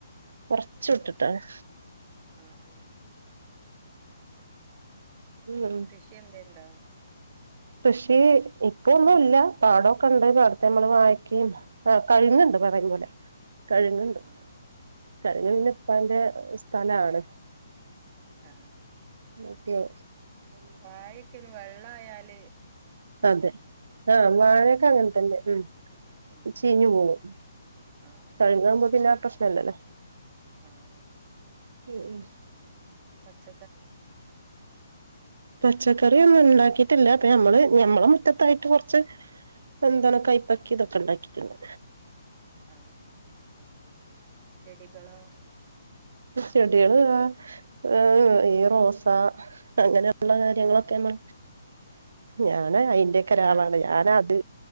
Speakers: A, on the right (about 65°); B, on the right (about 35°).
A: കൊറച്ച്
B: ആഹ്
A: വിട്ടിട്ടാണ്
B: ആഹ് ആഹ്
A: ഉം
B: കൃഷി എന്തേ ഉണ്ടോ
A: കൃഷി ഇപ്പോ ഒന്നുല്ല പാടൊക്കെയുണ്ട് പാടത്തെ നമ്മള് വാഴക്ക് ആ കഴുങ്ങ് ഉണ്ട് <unintelligible> പോലെ കഴങ്ങ്ണ്ട്
B: ആഹ്
A: കഴങ്ങ്
B: ആഹ്
A: പിന്നെ ഇപ്പാൻ്റ ഒരു സ്ഥലാണ്
B: ആ
A: ഓക്കേ ഓക്കേ
B: വാഴക്കൈന് വെള്ളായാൽ
A: അതെ ആ വാഴൊക്കെ അങ്ങൻത്തെന്നെ മ്
B: ഉം
A: ചീഞ് പോഉം
B: ആഹ് ആഹ്
A: കെഴങ്ങാഉമ്പൊ പിന്നെ ആ പ്രഷ് നല്ലതാ
B: ആഹ്
A: ഉം
B: തച്ച്
A: പച്ചകറി ഒന്ന് ഉണ്ടാകി റ്റില്ല പ്പ ഞമ്മള് ഞമ്മളെ മുറ്റത്തായിട്ട് കുറച്ച് എന്താണ് കയ്പ്പക്കി ഇതൊക്കെ ഉണ്ടാക്കിക്ക്‌ണ്
B: ആ ചെടികളോ
A: ചെടികൾ ആ ഏയ് ഈ റോസ അങ്ങനെ ള്ള കാര്യങ്ങളൊക്കെ
B: ആഹ്
A: നമ് ഞാൻ <unintelligible> അയിന്റെ ഒക്കെ ഒരാളാണ്
B: മ
A: ഞാനാ അത്